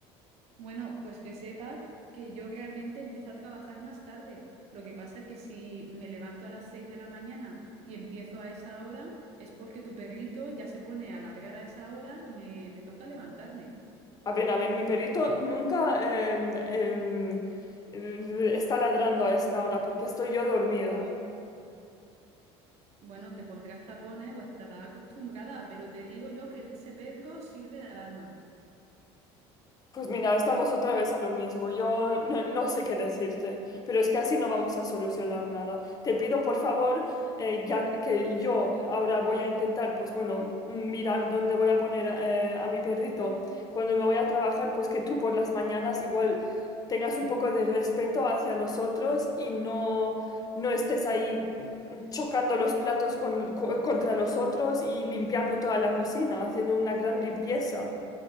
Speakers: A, on the right; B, on the left.
A: Bueno, pues que sepas que yo realmente empiezo a trabajar más tarde. Lo que pasa es que si me levanto a las 6 de la mañana y empiezo a esa hora, es porque tu perrito ya se pone a ladrar a esa hora y me, me toca levantarme.
B: A ver, a ver, mi perrito nunca em, em, eh, está ladrando a esta hora porque estoy yo dormida.
A: Bueno, te pondrás tapones o estarás acostumbrada, pero te digo yo que ese perro sirve de alarma.
B: Pues mira, estamos otra vez a lo mismo. Yo no, no sé qué decirte, pero es que así no vamos a solucionar nada. Te pido, por favor, eh, ya que yo ahora voy a intentar, pues bueno, mirar dónde voy a poner eh, a mi perrito cuando me voy a trabajar, pues que tú por las mañanas igual tengas un poco de respeto hacia nosotros y no, no estés ahí mm, chocando los platos con- co- contra los otros y limpiando toda la cocina, haciendo una gran limpieza.